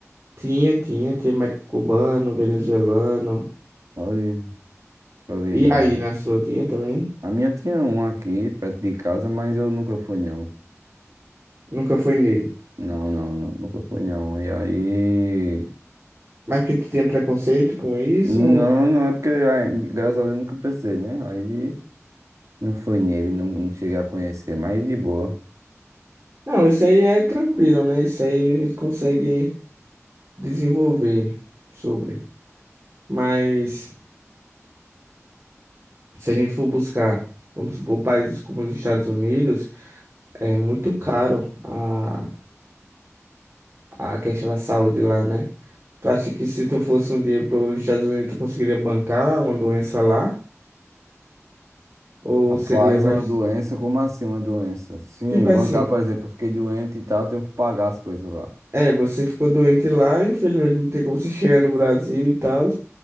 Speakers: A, on the right; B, on the right.
A: Tinha, tinha, tinha médico cubano, venezuelano.
B: Oi, tô ligado.
A: E aí, na sua, tinha também?
B: A minha tinha um aqui, perto de casa, mas eu nunca fui, não.
A: Nunca foi nele.
B: Não, não, não, nunca fui, não. E aí.
A: Mas porque tu tinha preconceito com isso?
B: Não, não, é porque, ai, graças a Deus, eu nunca precisei, né? Aí não fui nele, não, não cheguei a conhecer, mas de boa.
A: Não, isso aí é tranquilo, né? Isso aí a gente consegue desenvolver sobre. Mas se a gente for buscar, vamos supor, países como os Estados Unidos, é muito caro a, a questão da saúde lá, né? Tu acha que se tu fosse um dia para os Estados Unidos, tu conseguiria bancar uma doença lá? Ou
B: Rapaz,
A: seria mais.
B: uma doença, como assim uma doença? Sim,
A: Tipo
B: bancar,
A: assim,
B: por exemplo, eu fiquei doente e tal, eu tenho que pagar as coisas lá.
A: é, você ficou doente lá, infelizmente não tem como você chegar no Brasil e tal.